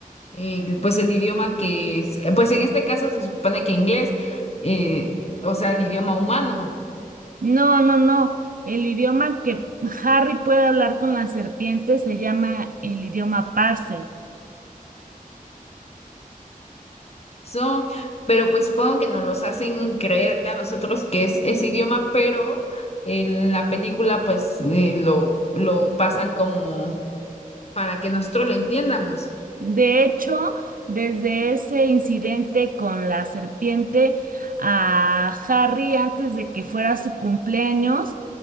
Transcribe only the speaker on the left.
eh, pues el idioma que es, pues en este caso se supone que inglés, eh, o sea, el idioma humano.
son, pero pues supongo que nos los hacen creer a nosotros que es ese idioma, pero en la película pues eh, lo, lo pasan como para que nosotros lo entiendamos.